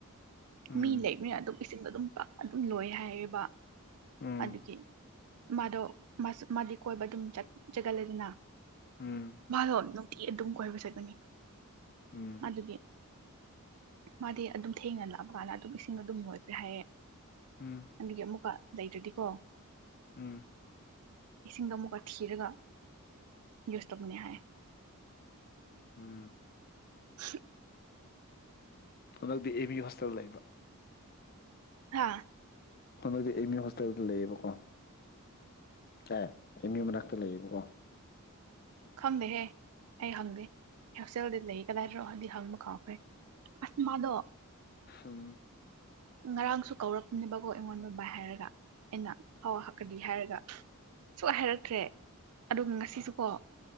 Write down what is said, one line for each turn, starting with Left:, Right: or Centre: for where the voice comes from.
Left: ꯎꯝ
Right: ꯃꯤ ꯂꯩꯕꯅꯤꯅ ꯑꯗꯨꯝ ꯏꯁꯤꯡꯗꯣ ꯑꯗꯨꯝ ꯑꯗꯨꯝ ꯂꯣꯏ ꯍꯥꯏꯔꯤꯕ
Left: ꯎꯝ
Right: ꯑꯗꯨ ꯀꯦ ꯃꯥꯗꯣ ꯃꯥꯗꯤ ꯀꯣꯏꯕ ꯑꯗꯨꯝ ꯆꯒꯠꯂꯦꯗꯅ
Left: ꯎꯝ
Right: ꯂꯣꯅꯣ ꯤ ꯑꯗꯨꯝ ꯀꯣꯏꯕ ꯆꯠꯀꯅꯤ
Left: ꯎꯝ
Right: ꯑꯗꯨꯒꯤ ꯃꯥꯗꯤ ꯑꯗꯨꯝ ꯊꯦꯡꯅ ꯂꯥꯛꯄ ꯀꯥꯟꯗ ꯑꯗꯨꯝ ꯏꯁꯤꯡ ꯑꯗꯨꯝ ꯂꯣꯏꯈ꯭ꯔꯦ ꯍꯥꯏꯌꯦꯦ
Left: ꯎꯝ
Right: ꯑꯗꯨꯒꯤ ꯑꯃꯨꯛꯀ ꯂꯩꯗꯨꯗꯤ ꯀꯣ
Left: ꯎꯝ
Right: ꯏꯁꯤꯡꯗꯣ ꯑꯃꯨꯛꯀ ꯊꯤꯔꯒ ꯌꯁꯇꯕꯨꯅ ꯍꯥꯏ
Left: ꯎꯝ
Right: <unintelligible>
Left: ꯍꯟꯗꯛꯇꯤ ꯑꯦ ꯕꯤ ꯍꯣꯁꯇꯦꯜ ꯂꯩꯕ
Right: ꯍꯥꯥ
Left: ꯅꯣꯏꯗꯤ ꯑꯦꯝ ꯌꯨ ꯍꯣꯁꯇꯦꯜꯗ ꯂꯩꯌꯦꯕꯀꯣ ꯑꯦ ꯑꯦꯝ ꯌꯨ ꯃꯅꯥꯛꯇ ꯂꯩꯌꯦꯕꯀꯣ
Right: ꯈꯪꯗꯦꯍꯦ ꯑꯩ ꯍꯪꯗꯦ ꯍꯛꯁꯦꯜꯗꯤ ꯂꯩ ꯀꯗꯥꯏ ꯔꯣꯍꯗꯤ ꯍꯜꯃ ꯀꯥꯎꯈ꯭ꯔꯦ ꯑꯁꯃꯗꯣ
Left: ꯎꯝ
Right: ꯉꯔꯥꯡꯁꯨ ꯀꯧꯔꯛꯄꯅꯦꯕꯀꯣ ꯑꯩꯉꯣꯟꯗ ꯕꯥꯏ ꯍꯥꯏꯔꯒ ꯑꯩꯅ ꯍꯋꯥ ꯍꯥꯛꯀꯗꯤ ꯍꯥꯏꯔꯒ ꯁꯨ ꯍꯥꯏꯔꯛꯇ꯭ꯔꯦ ꯑ ꯉꯁꯤꯁꯨ ꯀꯣ